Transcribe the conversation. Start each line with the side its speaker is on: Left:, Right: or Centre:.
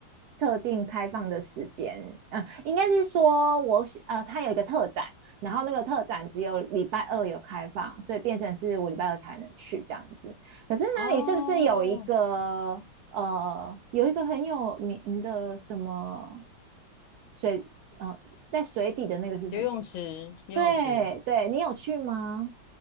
Right: 特定开放的时间，呃，应该是说我喜呃，它有一个特展，然后那个特展只有礼拜二有开放，所以变成是我礼拜二才能去这样子。可是那里是不是有一个呃有一个很有名的什么
Left: 哦，
Right: 水呃在水底的那个是什么？
Left: 游泳池，游泳池。
Right: 对对，你有去吗？